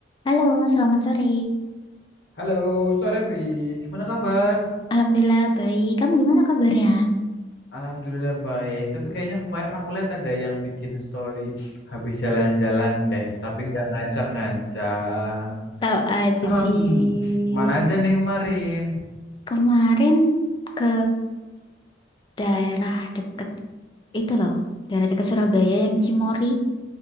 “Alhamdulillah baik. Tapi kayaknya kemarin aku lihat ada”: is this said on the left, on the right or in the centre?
Left